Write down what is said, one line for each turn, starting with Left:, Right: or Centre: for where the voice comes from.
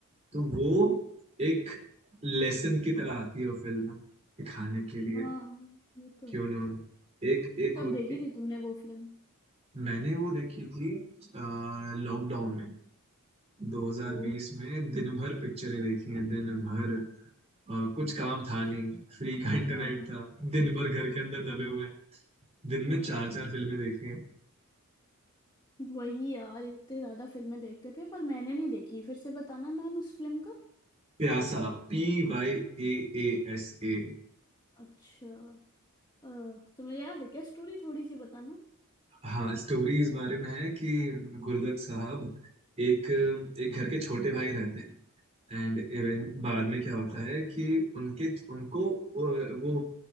Right: तो वो एक लेसन की तरह आती है वो फिल्म दिखाने के लिए
Left: हाँ ये तो
Right: कि उन्होंने
Left: है
Right: एक एक
Left: कब
Right: होती
Left: देखी थी तुमने वो फिल्म
Right: मैंने वो देखी थी लॉकडाउन में 2020
Left: ओ
Right: में दिन भर पिक्चरें देखी हैं दिन भर अ, कुछ काम
Left: अच्छा
Right: था नहीं फ्री का इंटरनेट
Left: हाँ
Right: था दिन भर घर के अंदर
Left: हाँ
Right: दबे हुए हैं दिन
Left: हाँ
Right: में चार चार फिल्में देखी हैं
Left: वही यार इतने ज्यादा फिल्में देखते थे पर मैंने नहीं देखी फिर से बताना नाम उस फिल्म का
Right: Pyaasa P Y A A S A
Left: अच्छा अ, तुम्हें याद है क्या स्टोरी थोड़ी सी बताना
Right: हाँ स्टोरी इस बारे में है कि गुरुदत्त साहब एक एक घर के छोटे भाई रहते हैं एंड इवन
Left: अच्छा
Right: बाद में क्या होता है कि उनके उनको अ, वो